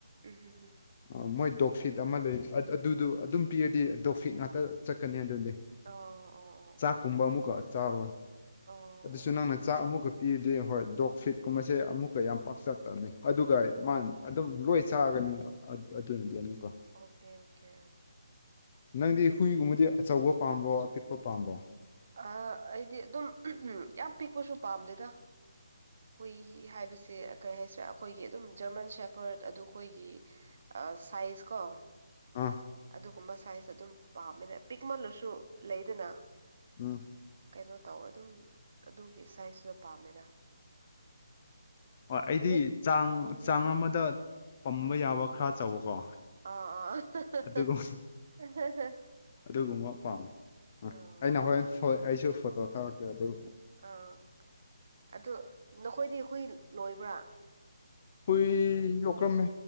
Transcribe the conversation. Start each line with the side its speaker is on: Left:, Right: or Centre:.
Right: ꯎꯍꯨꯝꯍꯨꯝ
Left: ꯃꯣꯏ ꯗꯣꯛ ꯐꯤꯠ ꯑꯃ ꯂꯩ ꯑꯗꯨꯗꯣ ꯑꯗꯨꯝ ꯄꯤꯔꯗꯤ ꯗꯣꯛ ꯐꯤꯠ ꯉꯥꯛꯇ ꯆꯠꯀꯅꯤ ꯑꯗꯨꯗꯤ
Right: ꯑꯣ
Left: ꯆꯥꯛꯀꯨꯝꯕ ꯑꯃꯨꯛꯀ ꯆꯥꯔꯣꯏ
Right: ꯑꯣ
Left: ꯑꯗꯨꯁꯨ
Right: ꯑꯣ
Left: ꯅꯪꯅ ꯆꯥꯛ ꯑꯃꯨꯛꯀ ꯄꯤꯔꯗꯤ ꯍꯣꯏ ꯗꯣꯛ ꯐꯤꯠ ꯀꯨꯝꯕꯁꯦ ꯑꯃꯨꯛꯀ ꯌꯥꯝ ꯄꯥꯛꯆ ꯆꯥꯔꯣꯏ ꯑꯗꯨꯒ ꯃꯥꯅ ꯑꯗꯨꯝ ꯂꯣꯏ ꯆꯥꯒꯅꯤ ꯑꯗꯨꯅꯗꯤ ꯑꯃꯨꯛꯀ
Right: ꯑꯣꯀꯦ ꯑꯣꯀꯦ
Left: ꯅꯪꯗꯤ ꯍꯨꯏꯒꯨꯝꯕꯗꯤ ꯑꯆꯧꯕ ꯄꯥꯝꯕ꯭ꯔꯣ ꯑꯄꯤꯛꯄ ꯄꯥꯝꯕ꯭ꯔꯣ
Right: ꯑ ꯑꯩꯗꯤ ꯑꯗꯨꯝ ꯌꯥꯝ ꯄꯤꯛꯄꯁꯨ ꯄꯥꯝꯗꯦꯗ ꯍꯨꯏ ꯍꯥꯏꯕꯁꯦ ꯀꯔꯤ ꯍꯥꯏꯁꯤꯔ ꯑꯩꯈꯣꯏꯒꯤ ꯑꯗꯨꯝ ꯖꯔꯃꯟ ꯁꯦꯐꯔꯗ ꯑꯗꯨ ꯈꯣꯏꯒꯤ ꯁꯥꯏꯖ ꯀꯣ
Left: ꯎꯝ
Right: ꯑꯗꯨꯒꯨꯝꯕ ꯁꯥꯏꯖ ꯑꯗꯨꯝ ꯄꯥꯝꯃꯤꯗ ꯄꯤꯛꯃꯜꯂꯁꯨ ꯂꯩꯗꯅ
Left: ꯎꯝ
Right: ꯀꯩꯅꯣ ꯇꯧꯋꯦ ꯑꯗꯨꯝ ꯑꯗꯨꯒꯤ ꯁꯥꯏꯖꯇꯨꯗ ꯄꯥꯝꯃꯦꯗ
Left: ꯍꯣꯏ ꯑꯩꯗꯤ
Right: ꯅꯣꯏ
Left: ꯆꯥꯡ
Right: ꯅꯪꯗꯤ
Left: ꯆꯥꯡ ꯑꯃꯗ ꯄꯝꯕ ꯌꯥꯕ ꯈꯔ ꯆꯥꯎꯕꯀꯣ
Right: <unintelligible>
Left: ꯑꯗꯨꯒꯨꯝ ꯑꯗꯨꯒꯨꯝꯕ ꯄꯥꯝꯃꯤ
Right: ꯑꯥ
Left: ꯑ ꯑꯩꯅ ꯍꯣꯔꯦꯟ ꯑꯩꯁꯨ ꯐꯣꯇꯣ ꯊꯥꯔꯛꯀꯦ ꯑꯗꯨ
Right: ꯑꯥ ꯑꯗꯨ ꯅꯈꯣꯏꯗꯤ ꯍꯨꯏ ꯂꯣꯏꯕ꯭ꯔꯥ
Left: ꯍꯨꯏ ꯌꯣꯛꯀ꯭ꯔꯝꯃꯦ